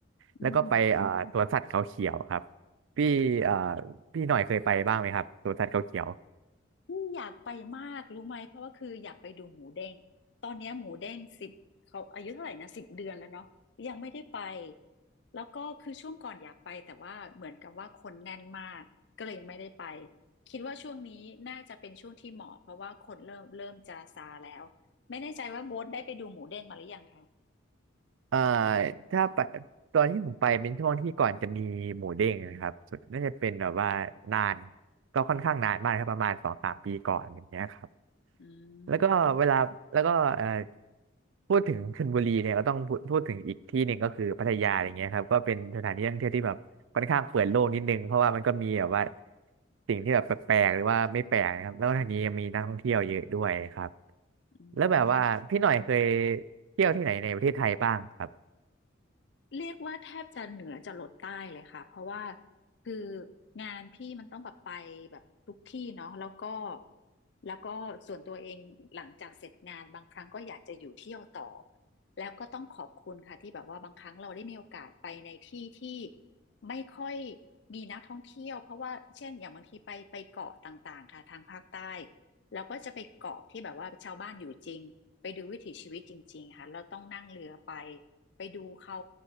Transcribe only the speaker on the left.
อืม
นี่อยากไปมากรู้ไหมเพราะว่าคืออยากไปดูหมูเด้งตอนเนี้ยหมูเด้งสิบเขาอายุเท่าไหร่นะสิบเดือนแล้วเนาะยังไม่ได้ไปแล้วก็คือช่วงก่อนอยากไปแต่ว่าเหมือนกับว่าคนแน่นมากก็เลยยังไม่ได้ไปคิดว่าช่วงนี้น่าจะเป็นช่วงที่เหมาะเพราะว่าคนเริ่มเริ่มจะซาแล้วไม่แน่ใจว่าโบ๊ทได้ไปดูหมูเด้งมาหรือยังคะ
อื
ม
อื
ม
เรียกว่าแทบจะเหนือจะลดใต้เลยค่ะเพราะว่าคืองานพี่มันต้องแบบไปแบบทุกที่เนาะแล้วก็แล้วก็ส่วนตัวเองหลังจากเสร็จงานบางครั้งก็อยากจะอยู่เที่ยวต่อแล้วก็ต้องขอบคุณค่ะที่แบบว่าบางครั้งเราได้มีโอกาสไปในที่ที่ไม่ค่อยมีนักท่องเที่ยวเพราะว่าเช่นอย่างบางทีไปไปเกาะต่างๆค่ะทางภาคใต้แล้วก็จะไปเกาะที่แบบว่าชาวบ้านอยู่จริงไปดูวิถีชีวิตจริงๆค่ะเราต้องนั่งเรือไป ไปดูเขา